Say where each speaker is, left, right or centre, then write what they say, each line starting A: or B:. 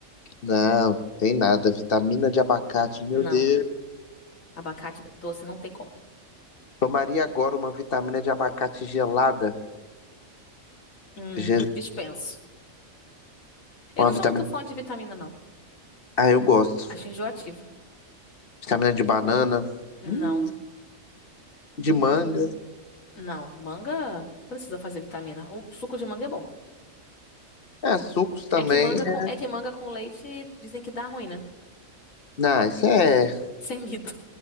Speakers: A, on the left; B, on the left.
A: Não, tem nada. Vitamina de abacate, meu
B: Não,
A: Deus.
B: abacate doce não tem como.
A: Tomaria agora uma vitamina de abacate gelada.
B: Hum,
A: Je-
B: dispenso. Eu
A: Uma
B: não
A: vitamina.
B: sou muito fã de vitamina, não.
A: Ah, eu gosto.
B: Acho enjoativo.
A: Vitamina de banana,
B: Não,
A: hum, de manga.
B: não. Manga precisa fazer vitamina. Um suco de manga é bom.
A: É, sucos também.
B: É que manga com,
A: É.
B: é que manga com leite dizem que dá ruim, né?
A: Não, isso é.
B: <laughs> Isso é mito.